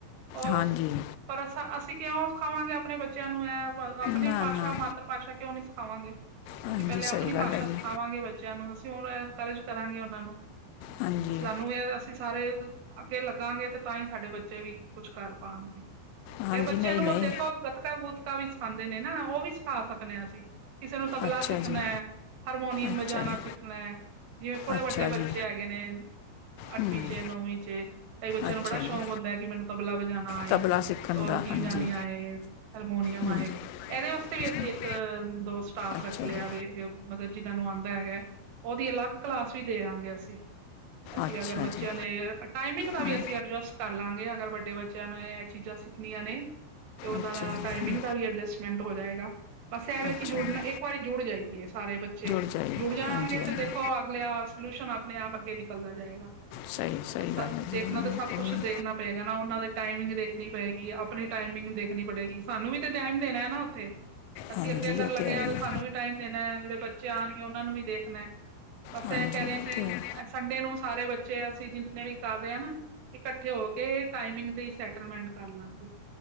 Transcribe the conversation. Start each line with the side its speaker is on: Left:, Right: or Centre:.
Right: ਉਹ
Left: ਹਾਂਜੀ
Right: ਪਰ ਅ ਅਸੀਂ ਕਿਉਂ ਸਿਖਾਵਾਂਗੇ ਆਪਣੇ ਬੱਚਿਆਂ ਨੂੰ ਇਹ ਆਪਣੀ
Left: ਨਾ
Right: ਭਾਸ਼ਾ
Left: ਨਾ
Right: ਮਾ ਤਰ ਭਾਸ਼ਾ ਕਿਉਂ ਨੀ ਸਿਖਾਵਾਂਗੇ
Left: ਹਾਂਜੀ
Right: ਅਸੀਂ ਪਹਿਲੇ
Left: ਸਹੀ
Right: ਆਪਣੀ
Left: ਗੱਲ
Right: ਭਾਸ਼ਾ
Left: ਹੈ ਜੀ
Right: ਸਿਖਵਾਂਗੇ। ਬੱਚਿਆਂ ਨੂੰ ਅਸੀਂ ਹਣ ਇਨਕਰੇਜ ਕਰਾਂਗੇ ਉਹਨਾਂ ਨੂੰ
Left: ਹਾਂਜੀ
Right: ਸਾਨੂੰ ਇਹ ਅਸੀਂ ਸਾਰੇ ਅੱਗੇ ਲੱਗਾਗੇ ਤੇ ਤਾਂ ਹੀ ਸਾਡੇ ਬੱਚੇ ਵੀ ਕੁੱਛ ਕਰ ਪਾਉਣਗੇ
Left: ਹਾਂਜੀ
Right: ਫੇਰ ਬੱਚਿਆਂ
Left: ਨਹੀਂ
Right: ਨੂੰ
Left: ਨਹੀਂ
Right: ਦੇਖੋ। ਗਤਕਾ ਗੁਤਕਾ ਵੀ ਸਿਖਾਦੇ ਨੇ ਨਾ ਉਹ ਵੀ ਸਿਖਾ ਸਕਦੇ ਹਾਂ ਅਸੀਂ। ਕਿਸੇ ਨੂੰ ਤਬਲਾ
Left: ਅੱਛਾ
Right: ਸਿੱਖਣਾ
Left: ਜੀ
Right: ਹੈ ਹਾਰਮੋਨੀਅਮ
Left: ਅੱਛਾ
Right: ਵਜਾਨਉਣਾ
Left: ਜੀ
Right: ਸਿੱਖਣਾ ਹੈ। ਜਿਵੇਂ ਥੋੜੇ
Left: ਅੱਛਾ
Right: ਵੱਡੇ ਬੱਚੇ
Left: ਜੀ
Right: ਹੈਗੇ ਨੇ ਅੱਠਵੀਂ
Left: ਹੂੰ
Right: ਚ ਨੌਵੀਂ ਚ। ਕਈ ਬੱਚਿਆਂ
Left: ਅੱਛਾ
Right: ਨੂੰ ਬੜਾ
Left: ਜੀ
Right: ਸ਼ੌਕ ਹੁੰਦਾ ਕਿ ਮੈਨੂੰ ਤਬਲਾ ਵਜਾਉਣਾ ਆਏ।
Left: ਤਬਲਾ ਸਿੱਖਣ
Right: ਢੋਲਕੀ
Left: ਦਾ ਹਾਂਜੀ
Right: ਬਜਾਨੀ ਆਏ ਹਰਮੋਨੀਅਮ
Left: ਹਾਂਜੀ
Right: ਆਏ। ਇਹਦੇ ਵਾਸਤੇ ਵੀ ਅਸੀਂ
Left: ਅੱਛਾ-
Right: ਇੱਕ ਦੋ ਸਟਾਫ
Left: ਅੱਛਾ
Right: ਰੱਖ ਲਿਆ
Left: ਜੀ
Right: ਵੇ ਮਤਲਬ ਜਿਹਨਾਂ ਨੂੰ ਆਉਂਦਾ ਹੈਗਾ ਉਹਦੀ ਅਲੱਗ ਕਲਾਸ ਵੀ ਦੇ ਦਾਂਗੇ ਅਸੀਂ। ਅਸੀਂ
Left: ਅੱਛਾ
Right: ਅਗਰ ਬੱਚਿਆਂ
Left: ਜੀ
Right: ਦੇ ਟਾਈਮਿੰਗ ਦਾ
Left: ਹਮ,
Right: ਵੀ ਅਸੀਂ ਐਡਜਸਟ ਕਰ ਲਾਂਗੇ ਅਗਰ ਵੱਡੇ ਬੱਚਿਆਂ ਨੂੰ ਇਹ ਚੀਜ਼ਾਂ ਸਿੱਖਣੀਆਂ ਨੇ ਤੇ ਉਹਨਾ
Left: ਅੱਛਾ
Right: ਨਾਲ
Left: ਜੀ
Right: ਟਾਈਮਿੰਗ
Left: ਹਮ,
Right: ਦਾ ਵੀ ਅਡਜਸਟ ਟ ਹੋ ਜਾਏਗਾ ਬਸ ਇਹ ਵ
Left: ਅੱਛਾ
Right: ਕਿ ਜੁੜਨਾ
Left: ਜੀ
Right: ਇੱਕ ਵਾਰੀ ਜੁੜ ਜਾਏਗੀ। ਸਾਰੇ ਬੱਚੇ
Left: ਜਾਈਏ
Right: ਜੁੜ ਜਾਣਗੇ
Left: ਹਾਂਜੀ ਹਾਂਜੀ
Right: ਤੇ ਦੇਖੋ ਅਗਲੇ ਸਲਿਊਸ਼ਨ ਆਪਣੇ ਆਪ ਅੱਗੇ ਨਿਕਲਦਾ ਜਾਏਗਾ।
Left: ਸਹੀ ਸਹੀ
Right: ਸ
Left: ਗੱਲ ਹੈ
Right: ਦੇਖਣਾ
Left: ਜੀ ਹਮ,
Right: ਤੇ ਸਭ ਕੁਛ
Left: ਹਮ,
Right: ਦੇਖਣਾ। ਪਏਗਾ ਨਾ ਉਹਨਾਂ ਦੀ ਟਾਈਮਿੰਗ ਦੇਖਣੀ ਪਏਗੀ ਆਪਣੀ ਟਾਈਮਿੰਗ ਦੇਖਣੀ ਪੜੇਗੀ ਸਾਨੂੰ ਵੀ ਤੇ ਟਾਈਮ ਦੇਣਾ ਐ ਨਾ ਉੱਥੇ। ਅਸੀਂ
Left: ਹਾਂਜੀ
Right: ਅੱਗੇ ਕਰਨ
Left: ਇਹ
Right: ਲੱਗੇ
Left: ਹੈ
Right: ਆ
Left: ਹੀ
Right: ਤੇ
Left: ਹੈ
Right: ਸਾਨੂੰ ਵੀ ਟਾਈਮ ਦੇਣਾ ਜਿਹੜੇ ਬੱਚੇ ਆਣਗੇ ਉਹਨਾਂ ਨੂੰ ਵੀ ਦੇਖਣਾ ਬਸ
Left: ਹਾਂਜੀ
Right: ਇਹ ਕਹਿ ਰੇ ਆ
Left: ਉਹ
Right: ਕਿ
Left: ਤੇ ਹੈ
Right: ਸੰਡੇ ਨੂੰ ਸਾਰੇ ਬੱਚੇ ਅਸੀਂ ਜਿ ਨੇ ਵੀ ਕਰ ਰੇ ਆ ਨਾ ਇਕੱਠੇ ਹੋ ਕੇ ਟਾਈਮਿੰਗ ਦੀ ਸੈਟਲਮੈਂਟ ਕਰ ਲਾਂਗੇ।